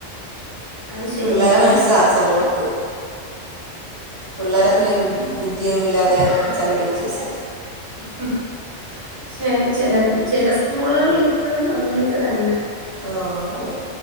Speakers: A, on the right; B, on the right.
A: അത് ശരിയാണ്
B: പിള്ളേരെ
A: ഇയാൾ
B: മനസ്സാ ചേലോർക്ക് പിള്ളേരെ
A: ആഹ്
B: അത്രയും ബു ബുദ്ധിയൊന്നുല്ലാതെ ചില ടീച്ചേഴ്സ്
A: ഹ് ഹ് ക്ഷേ ചെല ചെല സ്കൂൾകളിലിപ്പഴും അങ്ങനെയൊക്കെ തന്നെ.
B: ആഹ് അതെ